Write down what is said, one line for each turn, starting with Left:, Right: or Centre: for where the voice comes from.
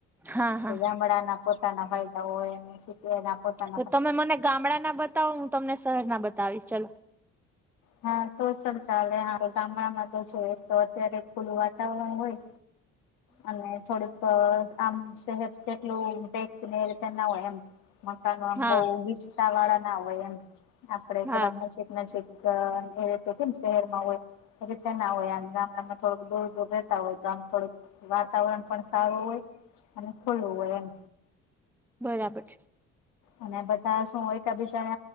Centre: હા હા
Left: ગામડાના પોતાના ફાયદા હોય, અને સિટીના પોતા
Centre: તો તમે મને ગામડાના બતાવો, હું તમને શહેરના બતાવીશ ચલો
Left: હા તોય પણ ચાલે હારું ગામડામાં તો જો એક તો અત્યારે ખુલ્લું વાતાવરણ હોય
Centre: <inaudible>
Left: અને થોડુંક આમ શહેર જેટલું પેકને એ રિતે ના હોય એમ મકાનો આમ
Centre: હા
Left: બહુ ગીચતાવાળા ના હોય એમ, આપડે થોડાક
Centre: હા
Left: નજીક નજીક ત એ રીતે કેમ શહેરમાં હોય એ રીતે ના હોય આમ ગામડામાં થોડુંક દૂર દૂર રહેતા હોય તો આમ થોડુંક વાતાવરણ પણ સારું હોય અને ખુલ્લું હોય એમ
Centre: બરાબર
Left: અને બધા શું એક બીજાને